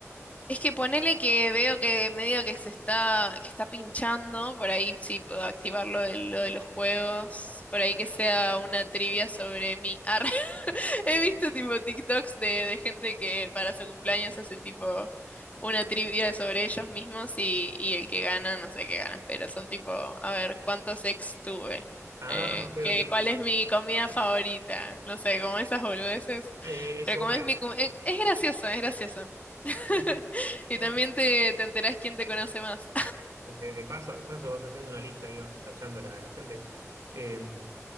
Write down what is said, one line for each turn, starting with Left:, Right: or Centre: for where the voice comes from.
Left: Es que ponele que veo que medio que se está, que está pinchando, por ahí sí puedo activar lo de, lo de los juegos, por ahí que sea una trivia sobre mí. Arre. <laughs> He visto tipo TikToks de, de gente que para su cumpleaños hace tipo una trivia sobre ellos mismos y, y el que gana, no sé qué gana, pero son tipo, a ver, ¿cuántos ex tuve?
Right: Ah,
Left: Eh,
Right: ok, ok.
Left: ¿qué- cuál es mi comida favorita? No sé, como esas boludeces.
Right: Eh, Eso
Left: Pero como
Right: va,
Left: es mi...
Right: ¿eh?
Left: cum- eh, Es gracioso, es gracioso. <laughs>
Right: Sí.
Left: Y
Right: sí.
Left: también te, te enterás quién te conoce más.
Right: De, de paso, de paso vas haciendo una lista y vas tachando la, la gente. Eh,